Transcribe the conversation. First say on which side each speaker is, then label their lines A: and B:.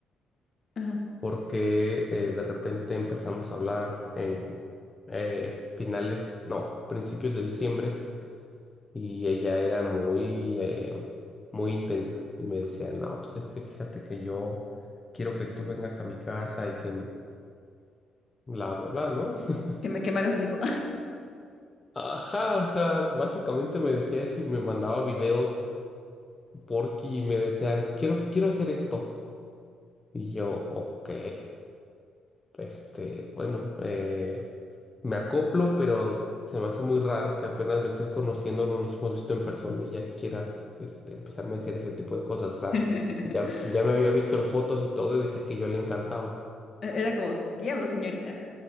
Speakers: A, on the left; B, on the left.
A: ajá,
B: porque eh, de repente empezamos a hablar en eh, finales, no, principios de diciembre. Y ella era muy, eh, muy intensa y me decía, no, pues es que fíjate que yo quiero que tú vengas a mi casa y que mm, bla, bla, bla, ¿no? <laughs>
A: Que me, que me hagas un hijo.
B: Ajá, o sea, básicamente me decía eso y me mandaba videos porque me decía, quiero, quiero hacer esto. Y yo, ok, este, bueno, eh, me acoplo, pero se me hace muy raro que apenas me estés conociendo, no nos hemos visto en persona y ya quieras este, empezarme a decir ese tipo de cosas. O sea,
A: <laughs>
B: ya, ya me había visto en fotos y todo y decía que yo le encantaba.
A: Era como, diablo, señorita.